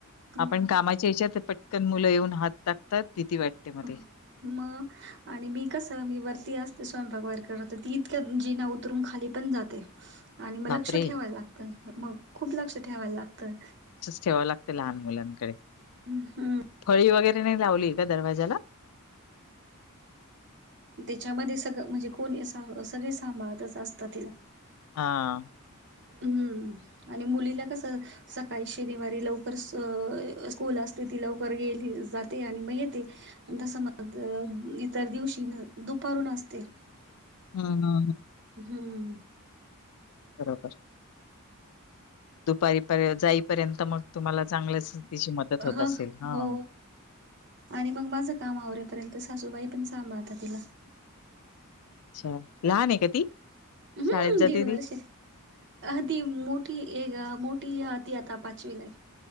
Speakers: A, on the left; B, on the right.
A: आपण
B: मग
A: कामाच्या याच्यात पटकन मुलं येऊन हात टाकतात भीती वाटते. मग
B: अ
A: ते.
B: म. आणि मी कसं मी वरती असते स्वयंपाक वयरकर तर ती इतक्या जिना उतरून खाली पण जाते. आणि मग
A: बापरे!
B: लक्ष ठेवायला लागत मग खूप लक्ष ठेवायला लागतं.
A: चेवा लाग. लहान मुलांकडे.
B: हम् हम्म.
A: फळी वगैरे नाही लावली का दरवाज्याला.
B: त्याच्यामध्ये सगळं म्हणजे कोण सगळे सांभळच असतात तिला.
A: हा.
B: हम्म आणि मुलीला कसं. सकाळी शनिवारी लवकर स्कूल असते ती लवकर गेली जाते आणि मग येते. तसं म इतर दिवशी दुपारून असते.
A: हा हा ह.
B: हम्म.
A: बरोबर. दुपारीपर्य जाईपर्यंत मग तुम्हाला चांगलंच. तिची मदत होत
B: ह
A: असेल. हां.
B: हो आणि मग माझं काम आव्यापर्यंत. सासूबाई पण सांभाळता तिला.
A: अच्छा लहान आहे का ती.
B: हम्म
A: शाळेत जाते
B: दीड
A: ती?
B: वर्षे. अ ती मोठी एक मोठी ती आता पाचवी लाई